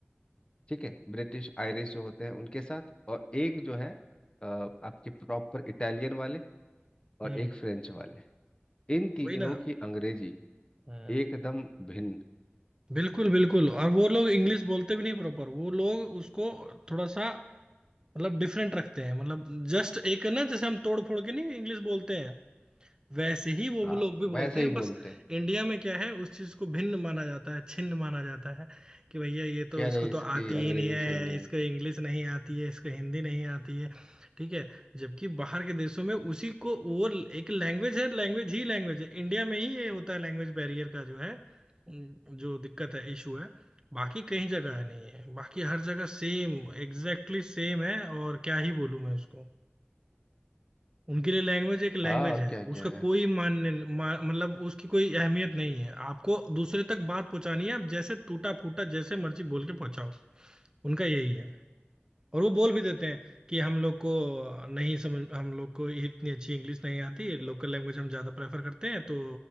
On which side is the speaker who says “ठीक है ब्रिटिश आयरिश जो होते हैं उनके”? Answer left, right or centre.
Left